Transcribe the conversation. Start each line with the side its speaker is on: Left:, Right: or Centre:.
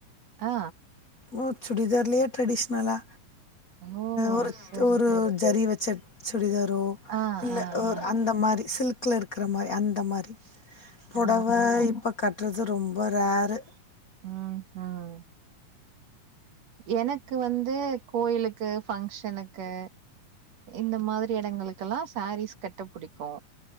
Right: ஆ
Left: ஓ சுடிதார்லையே ட்ரெடிஷ்னலா
Right: ஓ
Left: ஒரு
Right: சரி
Left: ஒரு
Right: சரி
Left: ஜரி வெச்ச சுடிதாரோ
Right: ஆ
Left: இல்ல
Right: ஆ
Left: ஒரு
Right: ஆ
Left: அந்த மாரி சில்க்ல இருக்க மாரி அந்த மாரி பொடவ
Right: ஆ
Left: இப்ப கட்றது ரொம்ப ரரு
Right: ம் ம் எனக்கு வந்து கோயிலுக்கு ஃபங்க்ஷனுக்கு இந்த மாரி யெடங்களுக்கெல்லா சரீஸ் கட்ட பிடிக்கோம்